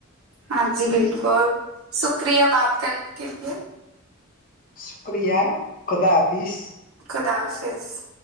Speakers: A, on the right; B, on the left.
A: ہاں جی بالکل شکریہ بات کرنے کے لیے
B: شکریہ خدا حافظ
A: خدا حافظ